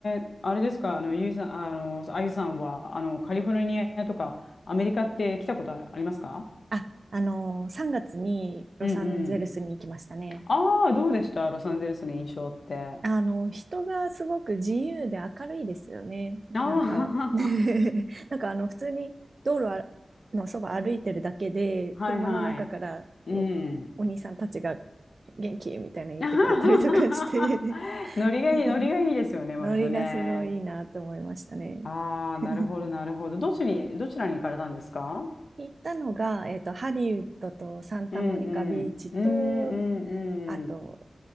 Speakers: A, on the left; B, on the right.
A: え、あれですか、あの、ゆいさん、あの、あゆさんは、あの、カリフォルニアとかアメリカって来たことありますか
B: あ、あのー、3月にロサンゼルスに行きましたね。
A: うんうん。ああ、どうでしたロサンゼルスの印象って。あ
B: あの、人がすごく自由で明るいですよね。
A: あ
B: なんか <laughs>
A: <laughs>
B: なんかあの、普通に道路あのそば歩いてるだけで、
A: はいはい。
B: 車の中からお、
A: うん。
B: お兄さんたちが元気みたいなの言ってくれたりとかして
A: <laughs> ノリがいい、
B: <laughs>
A: ノリがいいですよね、割とね。
B: ノリがすごいいいなと思いましたね。
A: ああ、
B: <laughs>
A: なるほど、なるほど。どっちに、どちらに行かれたんですか
B: 行ったのが、えっと、ハリウッドとサンタモニカビーチと、
A: うんうん。うんう
B: あと、
A: んうん。